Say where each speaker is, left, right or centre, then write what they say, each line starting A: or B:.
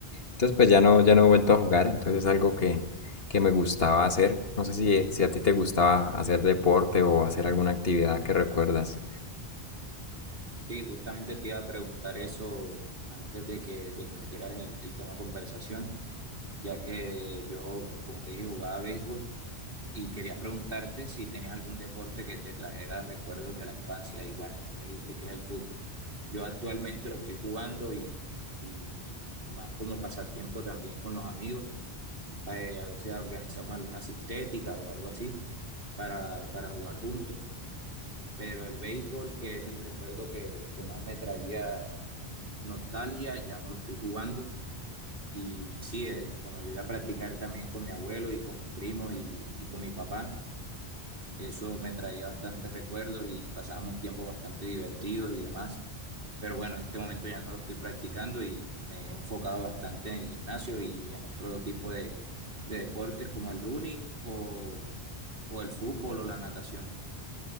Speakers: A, on the left; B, on the right.
A: entonces pues ya no, ya no he vuelto a jugar, entonces es algo que, que me gustaba hacer. No sé si, si a ti te gustaba hacer deporte o hacer alguna actividad que recuerdas.
B: Sí, justamente te iba a preguntar eso antes de que, de que metieras el, el tema de conversación, ya que yo, pues como te dije, jugaba béisbol Y quería preguntarte si tenías algún deporte que te trajera recuerdos de la infancia. Y bueno, ya me dijiste que es el fútbol. Yo actualmente lo estoy jugando y, y más como pasatiempo también con los amigos. Eh, a veces organizamos alguna sintética o algo así para, para jugar juntos. Pero el béisbol, que es el recuerdo que, que más me traía nostalgia, ya no lo estoy jugando. Y sí, eh, como ayudé a practicar también con mi abuelo y con mi primo y y con mi papá. Eso me traía bastantes recuerdos y pasábamos tiempos bastante divertidos y demás. Pero bueno, en este momento ya no lo estoy practicando y me he enfocado bastante en el gimnasio y en otro tipo de, de deportes como el running o, o el fútbol o la natación.